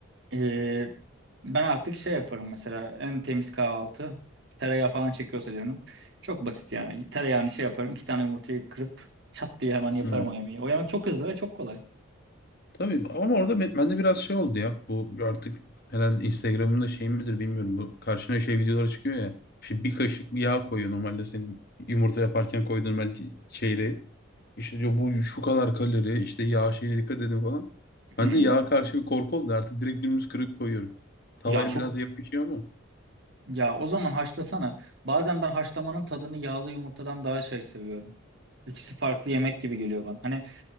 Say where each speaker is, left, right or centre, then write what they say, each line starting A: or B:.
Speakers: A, on the right; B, on the left.
A: Ee, ben artık şey yaparım mesela en temiz kahvaltı. Tereyağı falan çekiyorsa canım. Çok basit yani. Tereyağını şey yaparım. iki tane yumurtayı kırıp çat diye hemen yaparım
B: Hmm.
A: o yemeği. O yemek çok hızlı ve çok kolay.
B: Tabii ama orada be- bende biraz şey oldu ya. Bu artık herhalde Instagram'ın da şey midir bilmiyorum. Bu karşına şey videoları çıkıyor ya. İşte bir kaşık yağ koyuyor normalde senin yumurta yaparken koyduğun belki şeyle. İşte diyor bu şu kadar kalori işte yağ şeyine dikkat edin falan. Ben
A: Hmm.
B: de yağa karşı bir korku oldu artık direkt dümdüz kırıp koyuyorum. Tavaya
A: Ya çok
B: biraz yapışıyor ama.
A: ya o zaman haşlasana. Bazen ben haşlamanın tadını yağlı yumurtadan daha şey seviyorum. İkisi farklı yemek gibi geliyor bana. Hani